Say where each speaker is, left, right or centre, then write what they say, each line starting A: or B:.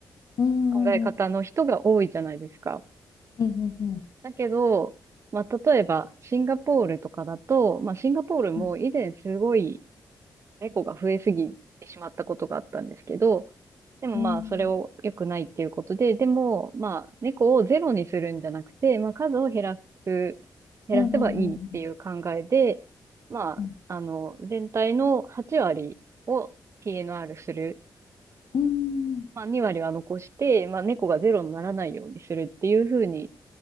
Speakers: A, on the left; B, on the right.
A: うんうんうん。
B: 考え方の人が多いじゃないですか。
A: うんうんうん
B: だけど、まあ例えばシンガポールとかだと、まあシンガポールも以前すごい
A: うん。
B: 猫が増えすぎてしまったことがあったんですけど、でもまあ、
A: うん
B: それを良くないっていうことで、でもまあ、猫をゼロにするんじゃなくて、まあ、数を減らす、減らせばいいっていう考えで、
A: うんうん。
B: まあ、
A: うん
B: あの、全体の8割を TNR する。
A: うん
B: まあ、2割は残して、まあ、猫がゼロにならないようにするっていうふうに、